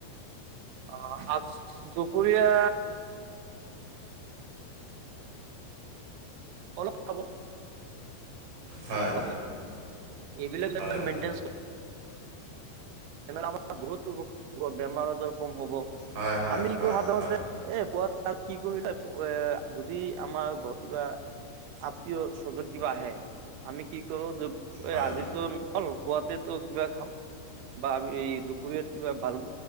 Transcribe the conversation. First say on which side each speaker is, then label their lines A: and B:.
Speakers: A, on the right; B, on the right.
A: অ আ দুপৰিয়া অলপ খাব
B: হয়
A: খাব এইবিলাক
B: হয়
A: য মেইনটে আমাৰ বহুত উপ বেমাৰ আজাৰ কম হ'ব
B: হয় হয়
A: আমি
B: হয়
A: কিয় সাধাৰণতে
B: হয়
A: এ প ত কি কৰিলো এ যদি আমাৰ ঘৰত কিবা আত্মীয় স্বজন কিবা আহে আমি কি কৰো যে
B: হয়
A: আজিতো হল পুৱাতেতো কিবা খা বা আ দুপৰীয়াত কিবা ভাল